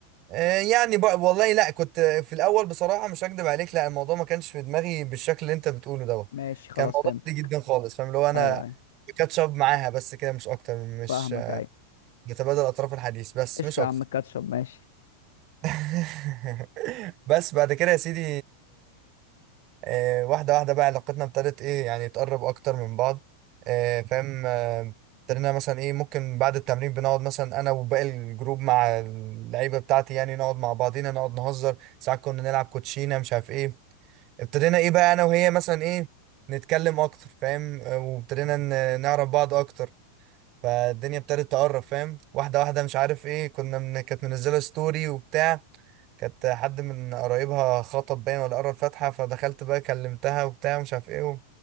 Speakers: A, on the right (about 40°); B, on the left (about 60°).
A: آه، يعني بقى والله لا كنت في الاول بصراحه مش هكدب عليك لا الموضوع ما كانش في دماغي بالشكل اللي انت بتقوله دوت
B: ماشي خلاص
A: كان موضوع
B: فهمتك
A: عادي جدا خالص فاهم اللي هو انا
B: ايوه ايوه
A: كاتشب معاها بس كده مش اكتر مش
B: فاهمك ايوه
A: بتبادل اطراف الحديث بس
B: قشطة
A: مش اكتر
B: يا عم الكاتشب ماشي
A: <laughs> بس بعد كده يا سيدي آه، واحدة واحدة بقى علاقتنا ابتدت ايه يعني تقرب اكتر من بعض آه، فاهم آه، ابتدينا مثلا ايه ممكن بعد التمرين بنقعد مثلا انا وباقي الجروب مع اللعيبة بتاعتي يعني نقعد مع بعضينا نقعد نهزر ساعات كنا نلعب كوتشينة مش عارف ايه ابتدينا ايه بقى انا وهي مثلا ايه نتكلم اكتر فاهم آه، وابتدينا ن- نعرف بعض اكتر فالدنيا ابتدت تقرب فاهم واحدة واحدة مش عارف ايه كنا من... كانت منزلة ستوري وبتاع كانت حد من قرايبها خطب باين ولا قرا الفاتحة فدخلت بقى كلمتها وبتاع مش عارف ايه و...